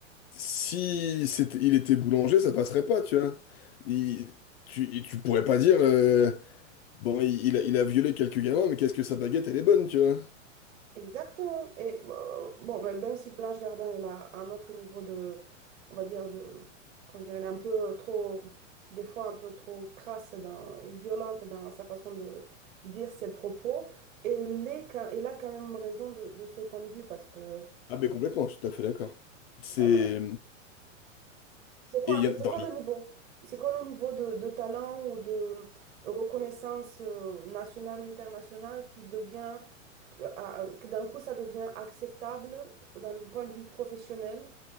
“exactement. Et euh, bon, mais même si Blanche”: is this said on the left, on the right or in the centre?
Right